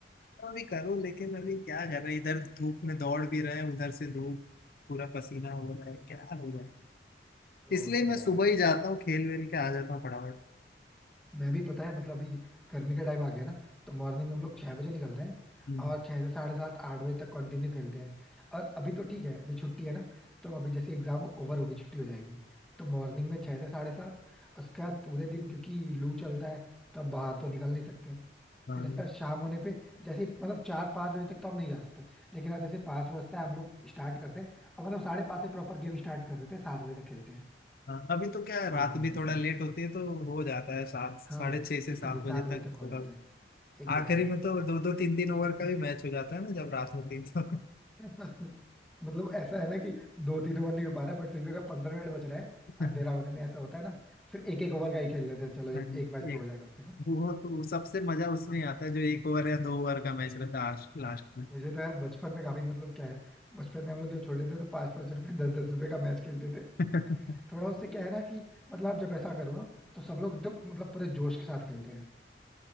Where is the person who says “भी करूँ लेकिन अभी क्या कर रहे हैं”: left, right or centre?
Left